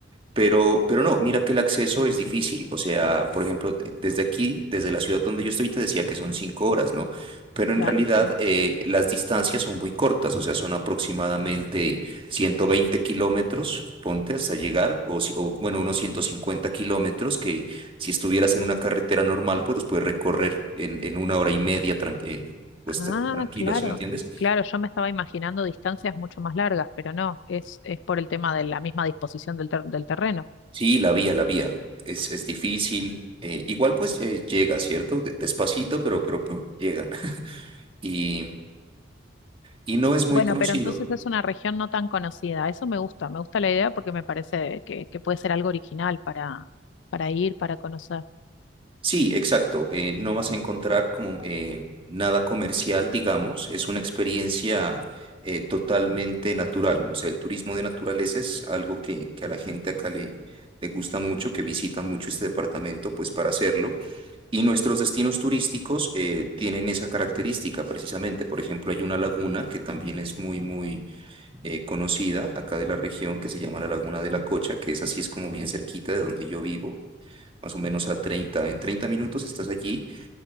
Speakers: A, on the right; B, on the left.
A: Pero, pero no, mira que el acceso es difícil. O sea, por ejemplo, eh, desde aquí, desde la ciudad donde yo estoy, te decía que son cinco horas, ¿no? Pero
B: claro,
A: en realidad
B: sí.
A: eh, las distancias son muy cortas, o sea, son aproximadamente 120 kilómetros, ponte hasta llegar, o, si- o, bueno, unos 150 kilómetros que si estuvieras en una carretera normal, pues los puedes recorrer en, en una hora y media, tran- eh, pues
B: Ah,
A: tranquilo,
B: claro,
A: ¿sí me entiendes?
B: claro, yo me estaba imaginando distancias mucho más largas, pero no, es, es por el tema de la misma disposición del, ter- del terreno.
A: Sí, la vía, la vía. Es, es difícil. eh, igual pues eh, llega, ¿cierto? De- Despacito, pero, pero pues, llegan. <laughs> Y, y no es muy
B: Bueno,
A: conocido.
B: pero entonces es una región no tan conocida, eso me gusta, me gusta la idea porque me parece que, que puede ser algo original para, para ir, para conocer.
A: Sí, exacto. eh, no vas a encontrar como eh, nada comercial, digamos. Es una experiencia eh, totalmente natural. O sea, el turismo de naturaleza es algo que, que a la gente acá le, le gusta mucho, que visita mucho este departamento, pues para hacerlo. Y nuestros destinos turísticos eh, tienen esa característica precisamente. Por ejemplo, hay una laguna que también es muy, muy eh, conocida acá de la región, que se llama la Laguna de la Cocha, que es así, es como bien cerquita de donde yo vivo más o menos a treinta en 30 minutos estás allí